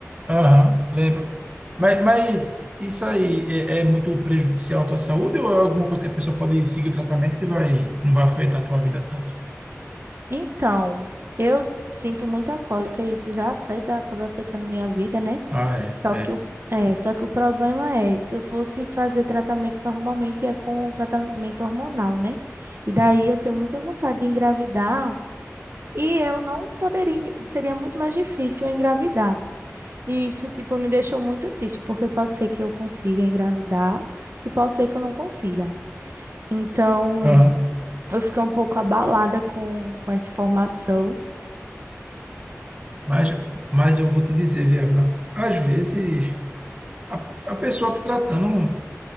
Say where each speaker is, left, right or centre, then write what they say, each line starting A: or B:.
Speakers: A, on the right (about 25°); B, on the right (about 50°).
A: Aham, lembro. Mas, mas isso aí é, é muito prejudicial à tua saúde ou é alguma coisa que a pessoa pode seguir o tratamento e vai, não vai afetar a tua vida tanto?
B: Então, eu sinto muita cólica e isso já afeta, acaba afetando minha vida, né?
A: Ah, é,
B: Só
A: é.
B: que o é, só que o problema é, se eu fosse fazer tratamento normalmente é com um tratamento hormonal, né? E daí eu tenho muita vontade de engravidar e eu não poderia, engra- seria muito mais difícil eu engravidar. E isso, tipo, me deixou muito triste, porque pode ser que eu consiga engravidar e pode ser que eu não consiga. Então,
A: Aham.
B: eu fiquei um pouco abalada com, com essa informação.
A: Mas, mas eu vou te dizer, viu, Ávila, às vezes A, a pessoa tratando,